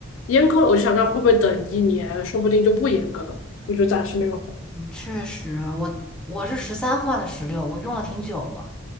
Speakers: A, on the left; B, in the centre.
A: 阉割了，我就想那会不会等一年，说不定就不阉割了，我就暂时没有换。
B: 嗯确实，我我是十三换的十六，我用了挺久了。